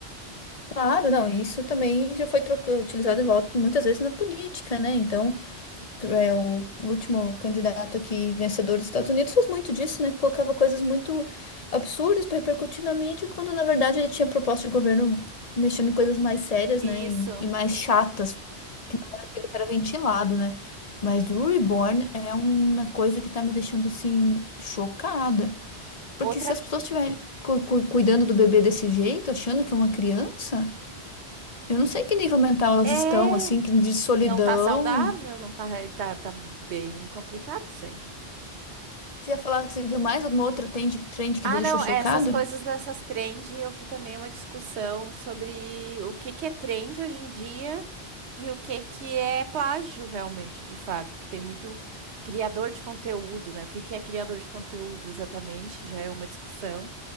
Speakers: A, on the left; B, on the right.
A: Claro, não, isso também já foi troca- utilizado e volta muitas vezes na política, né? Então, é, o último candidato aqui, vencedor dos Estados Unidos, fez muito disso, né? Colocava coisas muito absurdas para repercutir na mídia, quando na verdade ele tinha proposta de governo mexendo em coisas mais sérias,
B: Isso.
A: né? E, e mais chatas, que não era aquilo que era ventilado, né? Mas o Reborn é uma coisa que tá me deixando assim chocada, porque
B: Outra
A: se as pessoas estiverem cu- cu- cuidando do bebê desse jeito, achando que é uma criança. Eu não sei que nível mental elas
B: é
A: estão, assim, que de solidão.
B: não tá saudável, não tá, tá, tá bem complicado isso aí.
A: Você ia falar que você viu mais alguma outra trend, trend que
B: Ah,
A: te deixou
B: não,
A: chocada?
B: é, essas coisas dessas trend, eu vi também uma discussão sobre o que que é trend hoje em dia e o que que é plágio realmente, de fato, porque tem muito criador de conteúdo, né? O que que é criador de conteúdo exatamente, já é uma discussão.